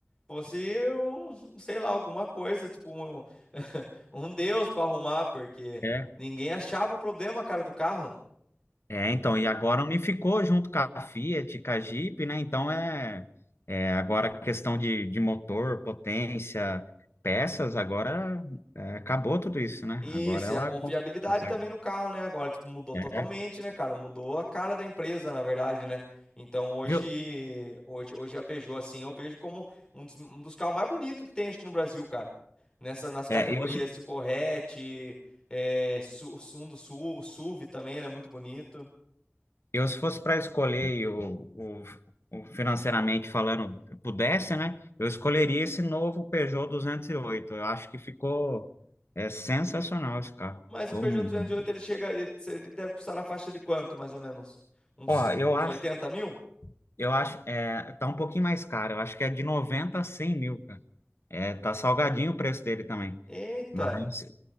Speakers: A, on the left; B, on the left.
A: fosse um, sei lá, alguma coisa, tipo um, <laughs> um deus para arrumar, porque
B: É.
A: ninguém achava o problema, cara, do carro.
B: É, então, e agora unificou junto com a Fiat, com a Jeep, né? Então é, é agora a questão de, de motor, potência, peças, agora é, acabou tudo isso, né?
A: Isso,
B: Agora ela
A: e a confiabilidade
B: con- consegue.
A: também no carro, né? Agora, tipo, mudou
B: É,
A: totalmente, né, cara? Mudou a cara da empresa, na verdade, né? Então, hoje,
B: Viu?
A: hoje, hoje a Peugeot, assim, eu vejo como um dos, um dos carros mais bonitos que tem, acho que no Brasil, cara. Nessa, nas
B: É,
A: categorias,
B: eu, se-
A: tipo, hatch, é, su, su- um do sul o SUV também, ele é muito bonito.
B: eu se fosse para escolher e o, o, o financeiramente falando, pudesse, né? Eu escolheria esse novo Peugeot 208. Eu acho que ficou é, sensacional esse carro.
A: Mas
B: Ficou.
A: o Peugeot
B: um-
A: 208, ele chega, ele, ele deve custar na faixa de quanto, mais ou menos? Uns,
B: Ó,
A: set-
B: eu
A: uns
B: acho
A: 80 mil?
B: Eu acho, é, tá um pouquinho mais caro. Eu acho que é de 90 a 100 mil, cara. É, tá salgadinho o preço dele também.
A: Eita!
B: Mas,